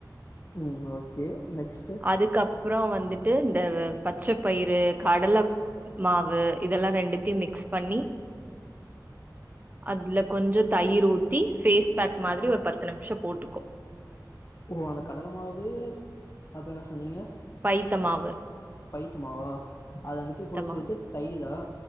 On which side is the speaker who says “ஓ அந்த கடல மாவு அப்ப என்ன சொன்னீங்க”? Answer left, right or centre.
Left